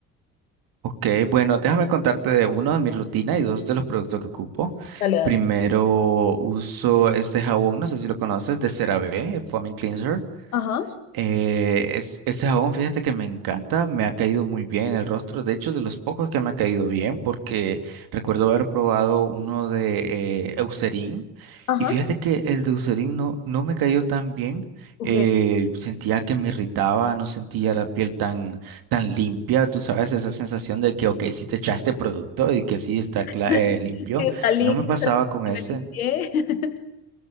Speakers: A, on the right; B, on the left.
A: Ok, bueno, déjame contarte de uno de mi rutina y dos de los productos que ocupo.
B: Dale, dale.
A: Primero uso este jabón, no sé si lo conoces, de CeraVe, el Foaming Cleanser.
B: Ajá,
A: Eh, es, ese jabón, fíjate que me encanta, me ha caído muy bien en el rostro, de hecho de los pocos que me ha caído bien, porque recuerdo haber probado uno de eh, Eucerin
B: ajá,
A: y fíjate que el de Eucerin no, no me cayó tan bien,
B: ok.
A: eh, sentía que me irritaba, no sentía la piel tan, tan limpia, tú sabes, esa sensación de que, ok, si te echaste producto y que sí está
B: <laughs>
A: cla- eh, limpio,
B: Si está limpio,
A: no me pasaba
B: estará
A: con
B: limpio
A: ese,
B: el pie. <laughs>